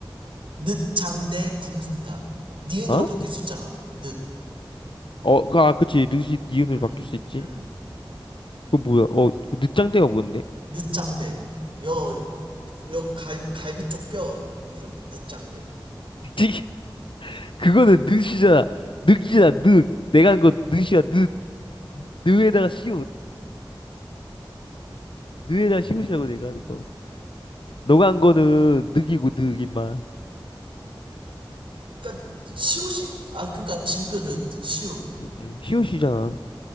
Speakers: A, on the right (about 75°); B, on the left (about 70°).
A: 늦장대 쿵쿵따. 니은으로
B: 어?
A: 바뀔 수 있잖아. 늦.
B: 어, 그, 아, 그치. 릇이 니은으로
A: 음,
B: 바뀔 수 있지.
A: 음.
B: 그 뭐야? 어, 그 늦장대가 뭔데?
A: 늦장대. 여, 여 갈비, 갈비 쪽 뼈 이름. 늦장대.
B: <laughs> 찌개 그거는 늑이잖아. 늑이잖아. 늑. 내가 한 건 늑이야. 늑. 늑에다가 시옷. 늑에다가 시옷이라고 내가 하는 거. 너가 한 거는 늑이고 늑 임마.
A: 그니까, 시옷이, 아, 그니까 질그릇, 시옷.
B: 음, 시옷이잖아.